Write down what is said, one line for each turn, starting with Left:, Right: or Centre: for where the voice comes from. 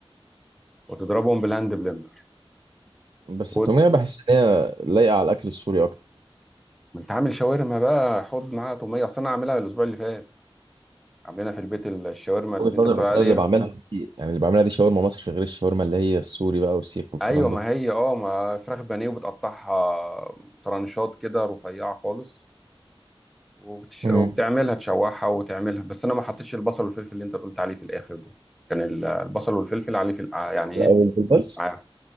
Centre: وتضربهم بالهاند بلندر
Right: بس
Centre: وخد
Right: التومية بحس إن هي لايقة على الأكل السوري أكتر
Centre: ما انت عامل شاورما بقى حط معاها توميه اصل انا عاملها الاسبوع اللي فات عاملينها في البيت الشاورما اللي
Right: وجهة
Centre: انت
Right: نظر
Centre: بتقول
Right: بس
Centre: عليها
Right: انا اللي بعملها
Centre: دي
Right: دي يعني اللي بعملها دي شاورما مصر غير الشاورما اللي هي السوري بقى والسيخ والكلام
Centre: ايوه ما
Right: ده
Centre: هي اه ما فراخ بانيه وبتقطعها ترانشات كده رفيعه خالص وبتش...
Right: مم.
Centre: وبتعملها تشوحها وتعملها بس انا ما حطيتش البصل والفلفل اللي انت قلت عليه في الاخر دول كان ال- البصل والفلفل عليه في الع- يعني ايه
Right: الاول بس
Centre: ع-